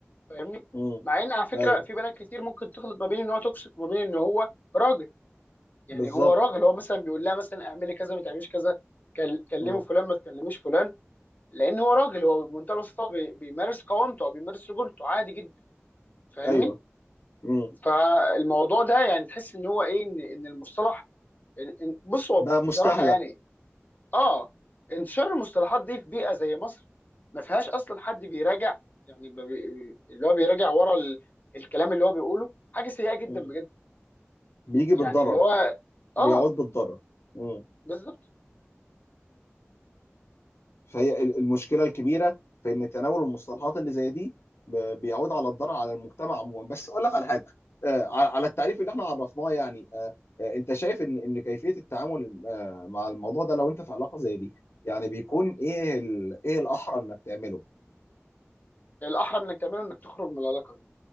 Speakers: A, on the left (about 40°); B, on the left (about 65°).
A: فاهمني
B: امم
A: مع ان على فكره
B: ايوه
A: في بنات كتير ممكن تخلط ما بين ان هو توكسيك وما بين ان هو راجل يعني
B: بالظبط
A: هو راجل هو مثلا بيقول لها مثلا اعملي كذا ما تعمليش كذا كل- كلمي
B: امم
A: فلان ما تكلميش فلان لان هو راجل هو بمنتهى البساطه بي- بيمارس قوامته او بيمارس رجولته عادي جدا فاهمني
B: ايوه امم
A: فالموضوع ده يعني تحس ان هو ايه ان ان المصطلح إن- إن- بص هو
B: بقى مستهلك
A: بصراحه يعني اه انتشار المصطلحات دي في بيئه زي مصر ما فيهاش اصلا حد بيراجع يعني ب- بي- اللي هو بيراجع ورا ال- الكلام اللي هو بيقوله حاجه سيئه جدا
B: امم
A: بجد
B: بيجي
A: يعني
B: بالضرر
A: اللي هو اه
B: بيعود بالضرر امم
A: بالظبط
B: فهي ال- المشكله الكبيره في ان تناول المصطلحات اللي زي دي ب- بيعود على الضرر على المجتمع عموما بس اقول لك على حاجه آه، ع- على التعريف اللي احنا عرفناه يعني آه، آه، انت شايف ان ان كيفيه التعامل آه، مع الموضوع ده لو انت في علاقه زي دي يعني بيكون ايه ال- ايه الاحرى انك تعمله
A: الاحرى انك تعمله انك تخرج من العلاقه دي